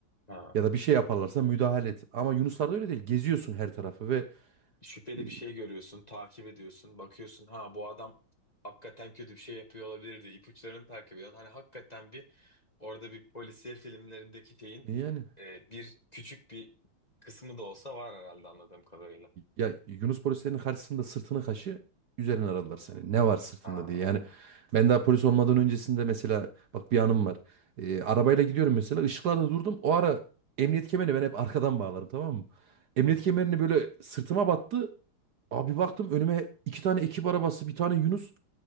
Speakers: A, on the left (about 25°); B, on the right (about 60°).
A: Ha.
B: Ya da bir şey yaparlarsa müdahale et. Ama Yunuslarda öyle değil. Geziyorsun her tarafı ve
A: Şüpheli
B: e,
A: bir şey görüyorsun, takip ediyorsun, bakıyorsun ha bu adam hakikaten kötü bir şey yapıyor olabilir diye ipuçlarını takip ediyorsun. Hani hakikaten bir Orada bir polisiye filmlerindeki şeyin
B: yani...
A: e, bir küçük bir kısmı da olsa var herhalde anladığım kadarıyla.
B: Ya Yunus polislerin karşısında sırtını kaşı üzerine aradılar seni. Ne var sırtında
A: Aa.
B: diye. Yani ben daha polis olmadan öncesinde mesela bak bir anım var. Ee, arabayla gidiyorum mesela ışıklarda durdum. O ara emniyet kemerini ben hep arkadan bağlarım tamam mı? Emniyet
A: Hı hı.
B: kemerini böyle sırtıma battı. Abi baktım önüme iki tane ekip arabası bir tane Yunus.